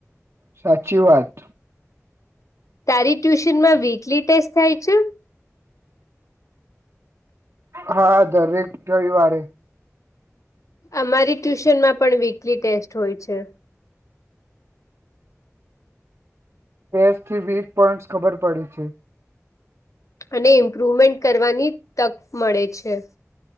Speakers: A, on the right (about 60°); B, on the left (about 75°).
A: સાચી વાત.
B: તારી ટ્યુશનમાં વીકલી ટેસ્ટ થાય છે?
A: હા દરેક રવિવારે.
B: અમારી ટ્યુશનમાં પણ વીકલી ટેસ્ટ હોય છે.
A: ટેસથી વીક પોઈન્ટસ ખબર પડે છે.
B: અને ઇમ્પ્રુવમેન્ટ કરવાની તક મળે છે.